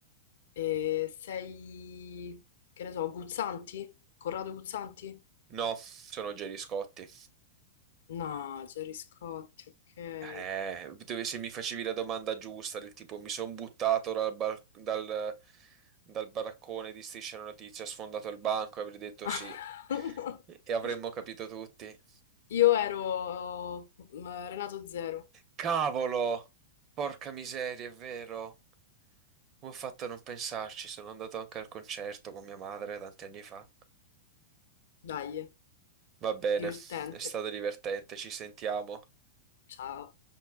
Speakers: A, on the left; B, on the right.
A: Eh, sei, che ne so, Guzzanti? Corrado Guzzanti?
B: No, sono Gerry Scotti.
A: No, Gerry Scotti, ok.
B: Eh, dove se mi facevi la domanda giusta, del tipo mi sono buttato dal, bar- dal- dal baraccone di Striscia la Notizia, ho sfondato il banco e avrei detto
A: <laughs>
B: sì. E avremmo capito tutti.
A: Io ero mm, Renato Zero.
B: Cavolo! Porca miseria, è vero. Come ho fatto a non pensarci? Sono andato anche al concerto con mia madre tanti anni fa.
A: Dai,
B: Va bene,
A: divertente.
B: è stato divertente, ci sentiamo.
A: Ciao.